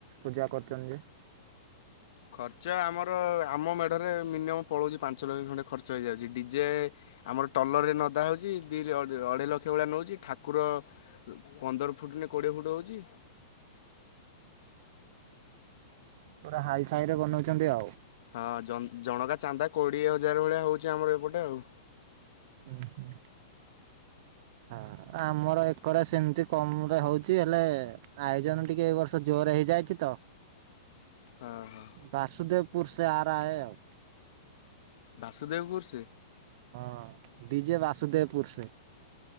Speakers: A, on the right; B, on the left.
A: ପୂଜା କରୁଛନ୍ତି ଯେ।
B: ଖର୍ଚ୍ଚ ଆମର ଆମ ମେଢ଼ରେ ମିନିୟମ୍ ପଳଉଛି ପାଞ୍ଚ ଲକ୍ଷ ଖଣ୍ଡେ। ଖର୍ଚ୍ଚ ହେଇଯାଉଛି ଡିଜେ ଆମର ଟଲରେ ନଦା ହୋଉଚି ଦି ଅଢେଇ ଲକ୍ଷ ଭଳିଆ ନଉଚି। ଠାକୁର ପନ୍ଦର ଫୁଟ୍ ନେ କୋଡ଼ିଏ ଫୁଟ୍ ହୋଉଛି।
A: ପୁରା ହାଇ ଫାଇ ରେ ବନଉଛନ୍ତି ଆଉ।
B: ହଁ ଜଣକା ଚାନ୍ଦା କୋଡ଼ିଏ ହଜାର ଭଳିଆ ହଉଚି ଆମର ଏପଟେ ଆଉ।
A: ଉଁ ହୁଁ ହାଁ। ଆମର ଏକର ସେମିତି କମ୍ ରେ ହୋଉଚି ହେଲେ ଆୟୋଜନ ଟିକେ ଏଇ ବର୍ଷ ଜୋରରେ ହେଇଯାଇଛି ତ।
B: ହଁ ହଁ।
A: ବାସୁଦେବପୁର ସେ ଆରାଏ ଆଉ।
B: ବାସୁଦେବ୍ ପୁରୁ ସେ?
A: ହଁ ଡିଜେ ବାସୁଦେବ୍ ପୁରୁ ସେ।